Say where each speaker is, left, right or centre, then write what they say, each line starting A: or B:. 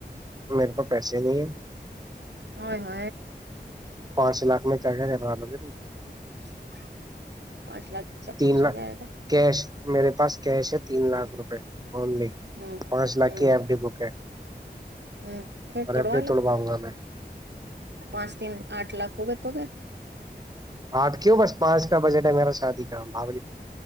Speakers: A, on the right (about 20°); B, on the right (about 85°).
A: میرے پا پیسے نہیں ہیں
B: ہ ہ
A: پانچ لاکھ میں کیا کیا ہے لوگ
B: <unintelligible>
A: تین لاکھ
B: ہو جائے گا
A: کیش میرے پاس کیش ہے تین لاکھ روپئے اونلی
B: ہوں
A: پانچ لاکھ
B: ہوں
A: کی ایف ڈی بک ہے
B: ہوں پھر
A: اور ابٹی
B: لو
A: توڑوا گ میں
B: پانچ تین آٹھ لاکھ ہو گئے تو گ
A: آٹ کیوں بس پانچ کا بجٹ ہے میرا شادی کا بھ